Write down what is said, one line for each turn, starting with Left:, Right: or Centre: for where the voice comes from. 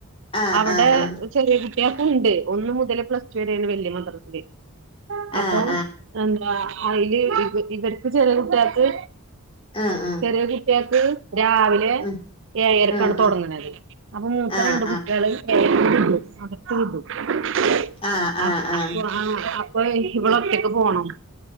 Left: ആഹ്
Right: അവിടെ
Left: ആഹ്
Right: ചെറിയ കുട്ട്യേക്കുണ്ട്. ഒന്ന് മുതല് പ്ലസ് റ്റു വരെയാണ് വല്യ മദ്രസ്സില്
Left: ആഹ്
Right: അപ്പം. എന്താ അയ്ല് ഇവർക്ക് ചെറിയ കുട്ട്യേക്ക്
Left: ആ ആ
Right: ചെറിയ കുട്ട്യേക്ക് രാവിൽ
Left: ഉം
Right: ഏഴര്ക്കാണ് തൊടങ്ങ്ണത്.
Left: ഉം
Right: അപ്പൊ മൂത്ത
Left: ആഹ്
Right: രണ്ട്
Left: ആഹ്
Right: കുട്ട്യേള് <unintelligible>
Left: ആഹ് ആഹ് ആഹ്
Right: ഇവിളൊറ്റക്ക് പോണം.